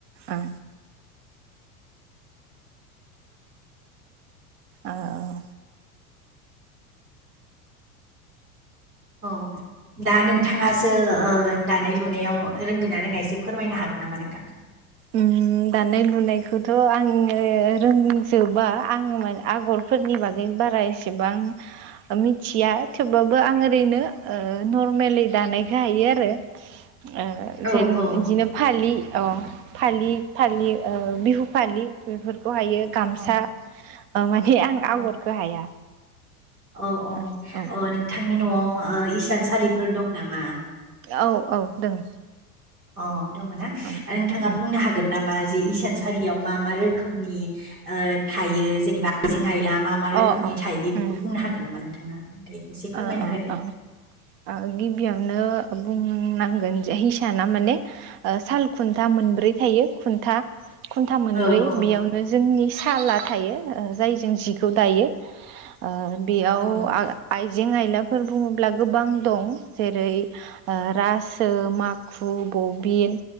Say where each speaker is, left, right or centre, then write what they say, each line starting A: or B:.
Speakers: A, on the right; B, on the right.
A: औ औ
B: औ। दा नोंथाङासो ओ दानाय लुनायाव रोंगोन ना रोङा एसे फोरमायनो हागोन नामा नोथां?
A: उम उम दानाय लुनायखौथ' आङो रोंजोबा आङो माने आगरफोरनि बागै बारा एसेबां मिथिया थेवबाबो आं ओरैनो ओ नरमेलि दा नायखो हायो आरो ओ
B: औ
A: जेन
B: औ
A: बिदिनो फालि अ फालि फालि ओ बिहु फालि बेफोर खौ हायो गामसा
B: औ
A: माने आं
B: औ
A: आगरखो हाया।
B: औ औ
A: ओं ओं
B: औ नोंथांनि न'आव ओ इसानसालिफोर दं नामा?
A: औ औ दों।
B: अ दङ' ना
A: उम
B: दा
A: उम
B: नोंथाङा
A: उम
B: बुंनो हागोन ना मा जि इसान सालियाव मा मा रोखोमनि ओ थायो जेनेबा आइजें आइला मा मा रोखोमनि
A: अ अ
B: थायो बेफोरखौ
A: उम
B: बुंनो हागोन नामा नोंथाङा? दे एसे
A: अ
B: फोरमायना
A: अ
B: होदो
A: अ। ओ गिबियावनो बुंनांगोन जे हिसाना माने ओ साल खुन्था मोनब्रै थायो खुन्था खुन्था मोनब्रै
B: औ औ
A: बेयावनो जोंनि साला थायो ओ जायजों जिखौ दायो। ओ बेयाव
B: औ
A: आ आइजें आयलाफोर बुङोब्ला गोबां दं। जेरै ओ रासो, माखु बबिन,